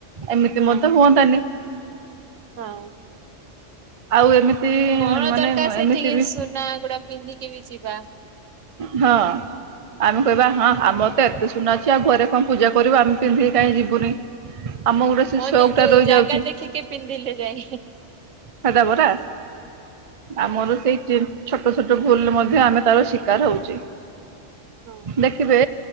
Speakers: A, on the right; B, on the right.
A: ଏମିତି
B: ହଁ
A: ମଧ୍ୟ ହୁଅନ୍ତାନି।
B: ହଁ।
A: ଆଉ ଏମିତି
B: କଣ
A: ମାନେ
B: ଦରକାର
A: ଏ
B: ସେଠିକି
A: ଏମିତି ବି
B: ସୁନା ଗୁଡା ପିନ୍ଧିକି ବି ଯିବା।
A: ହଁ ଆମେ କହିବା
B: ହୁଁ
A: ହଁ ଆମର ତ ଏତେ ସ ଶୁନା ଅଛି ଆଉ ଘରେ କଣ ପୂଜା କରିବୁ ଆମେ ପିନ୍ଧିକି କହିଁ ଯିବୁନି। ଆମ ଗୋଟେ ସେ
B: ହଁ
A: ସଉକ
B: ଯେ
A: ଟା
B: ଯୋଉ
A: ରହିଯାଉଛି
B: ଜାଗା ଦେଖିକି ପିନ୍ଧିଲେ ଯାଇ।
A: ଖଜ ପରା ଆମର ସେଇ ଜିନ୍ ଛୋଟ ଛୋଟ ଭୁଲରେ ମଧ୍ୟ ଆମେ ତାର ଶିକାର ହୋଉଚି।
B: ହଁ
A: ଦେଖିବେ